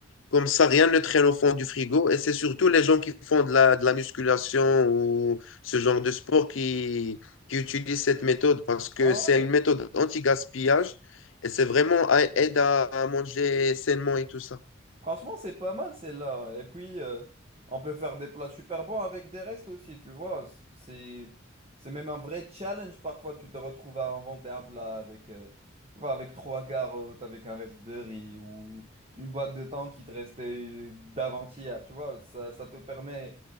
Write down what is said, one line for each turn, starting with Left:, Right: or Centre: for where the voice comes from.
Left: Comme ça, rien ne traîne au fond du frigo. Et c'est surtout les gens qui font de la, de la musculation ou ce genre de sport qui, qui utilisent cette méthode parce que
Right: Ah
Left: c'est
Right: ouais?
Left: une méthode anti-gaspillage et c'est vraiment à- aide à, à manger sainement et tout ça.
Right: Franchement, c'est pas mal celle-là. ouais. Et puis, euh, on peut faire des plats super bons avec des restes aussi, tu vois. C'est, c'est même un vrai challenge parfois. Tu te retrouves à inventer un plat avec, euh, tu vois, avec trois carottes, avec un reste de riz ou une boîte de thon qui te restait d'avant-hier, tu vois. Ça, ça te permet